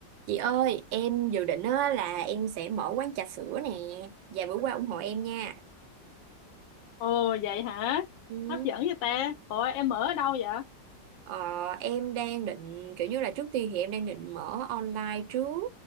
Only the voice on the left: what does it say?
Ồ vậy hả?
Hấp dẫn vậy ta. Ủa em ở đâu vậy?